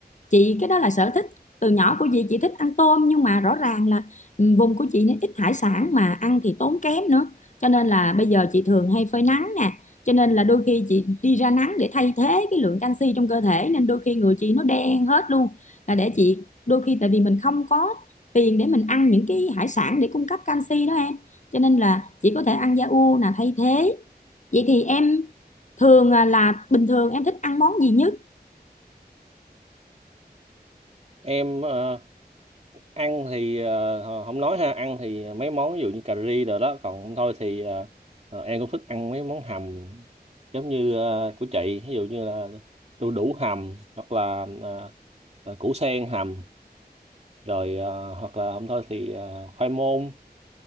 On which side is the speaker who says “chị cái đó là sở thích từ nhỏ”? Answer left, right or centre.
Left